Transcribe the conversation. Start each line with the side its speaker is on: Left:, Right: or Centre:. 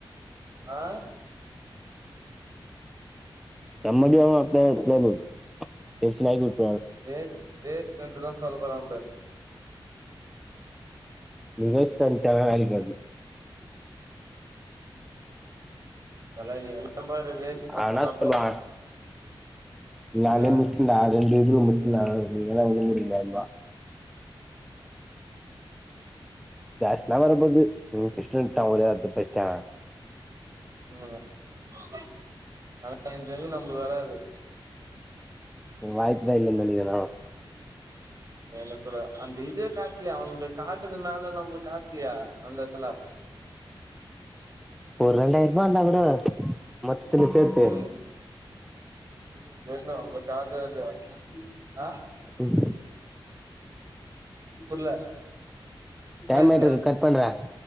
Right: ஆ
Centre: நம்மடியாலா அப்ளா இருக்காது டென்ஷன் ஆக்கி விட்
Right: வேஸ் பேஸ்ரன்ட்டுதா சொல்டுறான் பார்
Centre: நீ பேஸ்ட்வன்ட்டனா வாலிக்காக்கு
Right: நல்லா நீ பாரு வேஸ்ட் தா
Centre: ஆ
Right: சொல்லுவா
Centre: என்ன சொன்ன
Right: தல
Centre: நாளே
Right: ஆ
Centre: நிக்குடா ரெண்டு திரும் முண்சுனா நீங்களா ஒன்னு முடிலான்வா டாஸ்க்லா வரப்போது உன்க் இஸ்டொன்ட்டா ஒரே வார்த்த பேஸ்ட்டானா
Right: உம்யாவா ஆனா எனக்கு தெரிஞ்சு நம்ளுக்கு வராது
Centre: வாய்ப்பு தான் இல்லன் நெனைக்குறான்
Right: எனக்கூட அந்த இதே காட்ல்யா அவ்ன்ள்து காட்டுதுனால நம்ளுக் காட்ல்யா அந்த எட்த்துல
Centre: ஒர் ரெண்டாய்ர்பா இர்ந்தா கூட மத்துதிலு சேத்து
Right: ம் என்ன நம்ப கால்தா அது ஆ
Centre: ம்
Right: புர்ல
Centre: டைம்
Right: நாசா
Centre: ஆயிட்டு இருக்கு கட் பண்றே